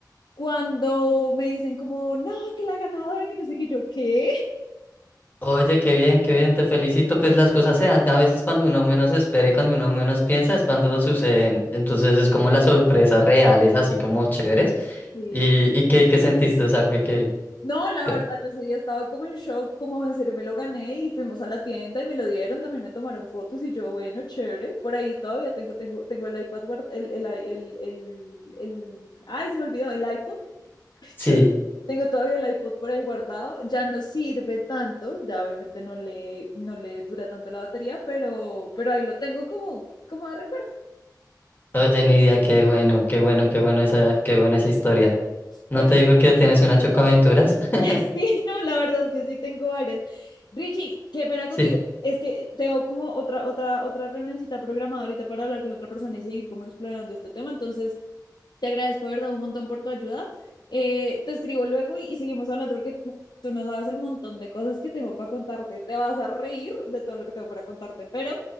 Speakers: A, on the left (about 75°); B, on the left (about 25°).
A: Cuando me dicen como, no, que la ganadora, que no sé qué, yo, ¿qué?
B: Oye, qué bien, qué bien, te felicito. Pues las cosas se dan a veces cuando uno menos espera y cuando uno menos piensa es cuando suceden. Entonces es como las sorpresas reales, así como chéveres.
A: Sí,
B: ¿Y, y qué, qué sentiste? O sea, fue que...
A: No, la
B: co-
A: verdad, yo sí estaba como en shock, como en serio me lo gané y fuimos a la tienda y me lo dieron, también me tomaron fotos y yo, bueno, chévere, por ahí todavía tengo, tengo, tengo el iPad, guard- el, el, el, el, el- ay, se me olvidó, el iPod, <laughs>
B: Sí,
A: Yo tengo todavía el iPod por ahí guardado, ya no sirve tanto, ya obviamente no le, no le dura tanto la batería, pero, pero ahí lo tengo como, como de recuerdo.
B: oye, Nidia, qué bueno, qué bueno, qué bueno esa, qué buena esa historia. No
A: Oye,
B: te digo que tienes una chocaventuras. <laughs>
A: <laughs> Sí, no, la verdad es que sí tengo varias. Richie, qué pena contigo.
B: Sí,
A: Es que tengo como otra, otra, otra reunioncita programada ahorita para hablar con otra persona y seguir como explorando este tema. Entonces, te agradezco, de ¿verdad? Un montón por tu ayuda. Eh, te escribo luego y, y seguimos hablando porque tú tú no sabes el montón de cosas que tengo para contarte. Te vas a reír de todo lo que tengo para contarte, pero